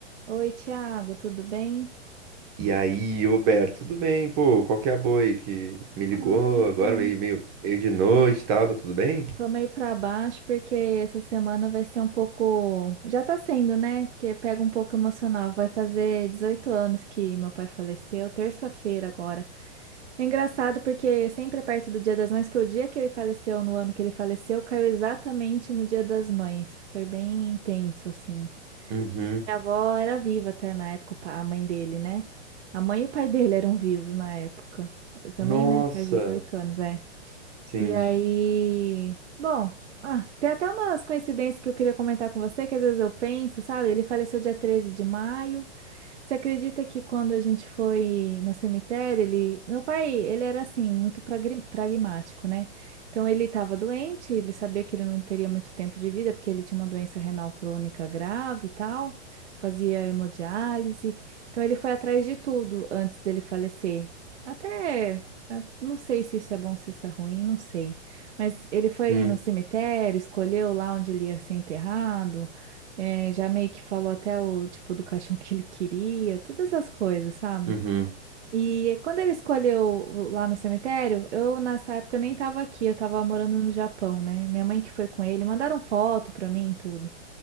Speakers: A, on the right (about 75°); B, on the right (about 35°).
A: Oi, Thiago, tudo bem?
B: E aí, Roberto, tudo bem? Pô, qual que é a boa aí que me ligou
A: Ah, então,
B: agora, meio, meio, meio de noite e tal, tá tudo bem?
A: tô meio pra baixo porque essa semana vai ser um pouco. Já tá sendo, né? Porque pega um pouco emocional. Vai fazer 18 anos que meu pai faleceu, terça-feira agora. É engraçado porque sempre é perto do Dia das Mães, que o dia que ele faleceu, no ano que ele faleceu, caiu exatamente no Dia das Mães. Foi bem intenso, assim.
B: Uhum.
A: Minha avó era viva até na época, o pa- a mãe dele, né? A mãe e o pai dele eram vivos na época. Eu também,
B: Nossa,
A: né? Faz 18 anos, é.
B: sim.
A: E aí, bom, ah, tem até umas coincidências que eu queria comentar com você, que às vezes eu penso, sabe? Ele faleceu dia 13 de maio. Você acredita que quando a gente foi no cemitério, ele, meu pai, ele era assim, muito pragri- pragmático, né? Então ele estava doente, ele sabia que ele não teria muito tempo de vida, porque ele tinha uma doença renal crônica grave e tal, fazia hemodiálise. Então ele foi atrás de tudo antes dele falecer. Até, eh, não sei se isso é bom, se isso é ruim, não sei. Mas ele foi
B: Uhum.
A: no cemitério, escolheu lá onde ele ia ser enterrado. É, já meio que falou até o tipo do caixão <laughs> que ele queria, todas essas coisas, sabe?
B: Uhum.
A: E quando ele escolheu o- lá no cemitério, eu nessa época eu nem tava aqui, eu tava morando no Japão, né? Minha mãe que foi com ele, mandaram foto pra mim, e tudo.